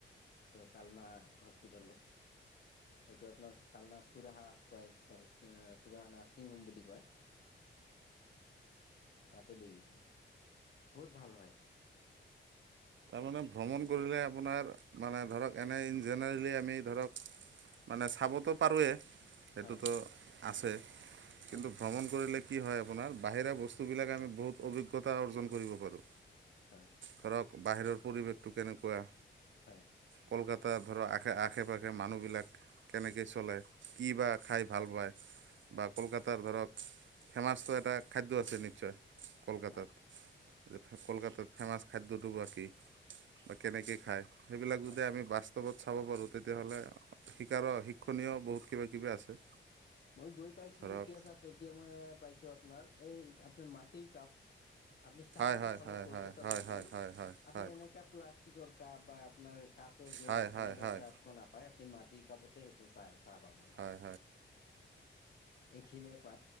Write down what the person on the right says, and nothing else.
তাৰমানে ভ্ৰমণ কৰিলে আপোনাৰ মানে ধৰক এনে এ জেনেৰেলি আমি ধৰক মানে চাবতো পাৰোঁৱেই সেইটোতো
আছে।
কিন্তু ভ্ৰমণ কৰিলে কি হয় আপোনাৰ বাহিৰা বস্তুবিলাক আমি বহুত অভিজ্ঞতা অৰ্জন কৰিব পাৰোঁ।
ধৰক বাহিৰৰ পৰিৱেশটো কেনেকুৱা!
কলকাত ধৰক আশে আশে পাশে মানুহবিলাক কেনেকৈ চলে। কি বা খাই ভাল পায়
বা কলকাতাৰ ধৰক ফেমাচটো এটা খাদ্য আছে নিশ্চয়। কলকাতাত
কলকাতাত ফেমাচ খাদ্যটো বা কি? বা কেনেকে খায় সেইবিলাক
যো
আমি বাস্তৱত চাব পাৰোঁ তেতিয়া হ'লে শিকাৰৰ শিক্ষণীয় বহুত কিবা কিবি আছে।
ধৰক
হয় হয়
হয়
হয় হয়
হয়
হয়
হয় হয়। হয় হয়
হয়।
হয় হয়